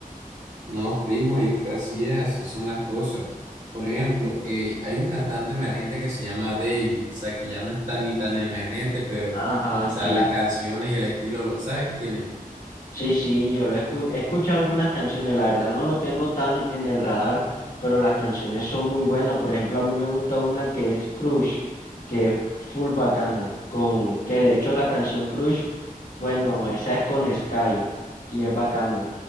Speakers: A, on the right; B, on the left.
A: No, primo, y es que así es, así son las cosas. Por ejemplo, eh, hay un cantante emergente que se llama Davey, o sea, que ya no es tan ni tan emergente, pero,
B: Ajá,
A: o sea,
B: sí.
A: las canciones y el estilo, lo- ¿sabes quién es?
B: Sí, sí, yo lo escu- he escuchado algunas canciones, la verdad no lo tengo tan en el radar, pero las canciones son muy buenas. Por ejemplo, a mí me gusta una que es Crush, que es full bacana, con que de hecho la canción Crush, bueno, esa es con Sky y es bacana.